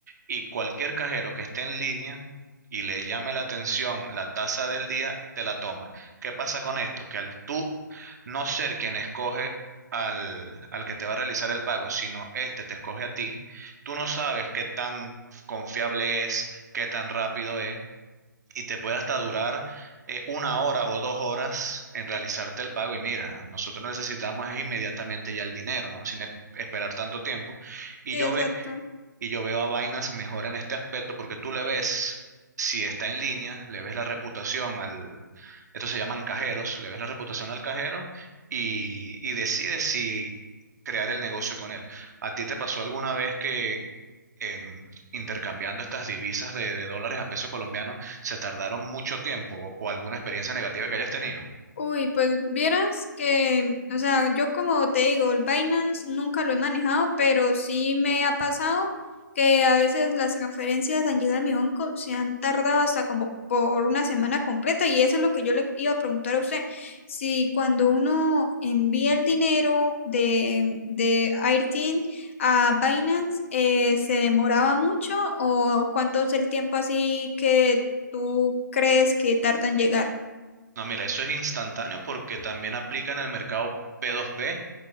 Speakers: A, on the right (about 55°); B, on the left (about 40°).
A: y cualquier cajero que esté en línea y le llame la atención la tasa del día, te la toma. ¿Qué pasa con esto? Que al tú no ser quien escoge al, al que te va a realizar el pago, sino este te escoge a ti, tú no sabes qué tan confiable es qué tan rápido es y te puede hasta durar eh, una hora o dos horas en realizarte el pago. Y mira, nosotros necesitamos es inmediatamente ya el dinero, ¿no? Sin e- esperar tanto tiempo. Y
B: Sí,
A: yo,
B: exacto.
A: ve, y yo veo a Binance mejor en este aspecto porque tú le ves, si está en línea, le ves la reputación al, esto se llaman cajeros, le ves la reputación al cajero y, y decides si crear el negocio con él. ¿A ti te pasó alguna vez que em, intercambiando estas divisas de, de dólares a pesos colombianos, se tardaron mucho tiempo o, o alguna experiencia negativa que hayas tenido?
B: Uy, pues vieras que, o sea, yo como te digo, el Binance nunca lo he manejado, pero sí me ha pasado que a veces las transferencias han llegado a mi banco, se han tardado hasta como por una semana completa y eso es lo que yo le iba a preguntar a usted, si cuando uno envía el dinero de, de Airteen a Binance, eh, ¿se demoraba mucho o cuánto es el tiempo así que tú crees que tarda en llegar?
A: No, mira, eso es instantáneo porque también aplica en el mercado p dos p